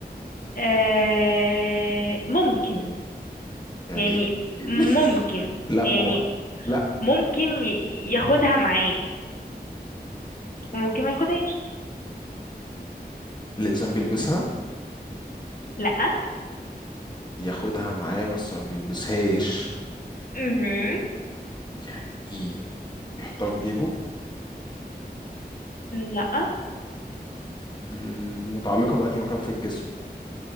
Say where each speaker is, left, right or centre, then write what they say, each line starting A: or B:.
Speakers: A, on the left (about 55°); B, on the left (about 25°).
A: آه ممكن
B: يعني
A: يعني
B: ايه <laughs>
A: ممكن
B: لا
A: يعني
B: ما هو لا
A: ممكن ي- ياخدها معاه وممكن ما ياخدهاش
B: الانسان بيلبسها
A: لا
B: ياخدها معاه بس ما بيلبسهاش
A: مهم.
B: يعني ايه بيحطها في جيبه
A: لا
B: مم، متعلقة بأنهي مكان في الجسم